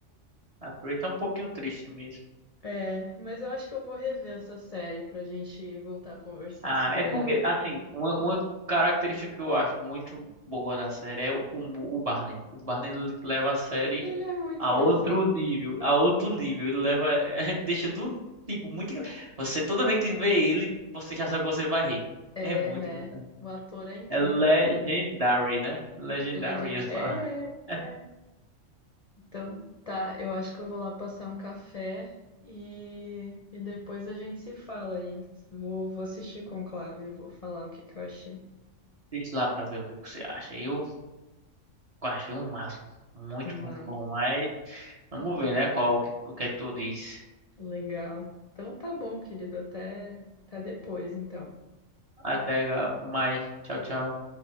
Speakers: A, on the right; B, on the left.
A: A Tracy é um pouquinho triste mesmo.
B: É, mas eu acho que eu vou rever essa série pra gente voltar a conversar
A: Ah,
B: sobre
A: é porque,
B: ela.
A: assim, uma, uma característica que eu acho muito boa na série é o, o Barney. O Barney ele leva a série
B: Ele é muito
A: a
B: engraçado.
A: outro nível, a outro nível. Ele leva, <laughs> é, deixa do tipo muito. engra- Você toda vez que vê ele, você já sabe que você vai rir.
B: É,
A: É muito
B: né?
A: engraçado.
B: O ator é incrível,
A: É legendary,
B: né?
A: né? Legendary,
B: Legend.
A: ele fala.
B: É, é.
A: <laughs>
B: Então, tá, eu acho que eu vou lá passar um café e, e depois a gente se fala aí. Vou, vou assistir Conclave e vou falar o que que eu achei.
A: Deixa lá pra ver o que que você acha. Eu achei um máximo. Muito,
B: Mas,
A: muito bom. Mas vamos ver, né? Qual o que, o que é que tu diz.
B: legal. Então tá bom, querido, até, até depois, então.
A: Até ga- mais. Tchau, tchau.